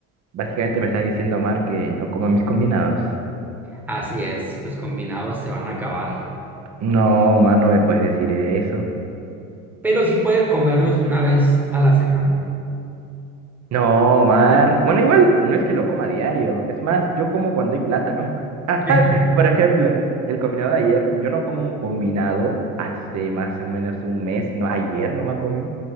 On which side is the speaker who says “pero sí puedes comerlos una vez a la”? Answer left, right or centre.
Centre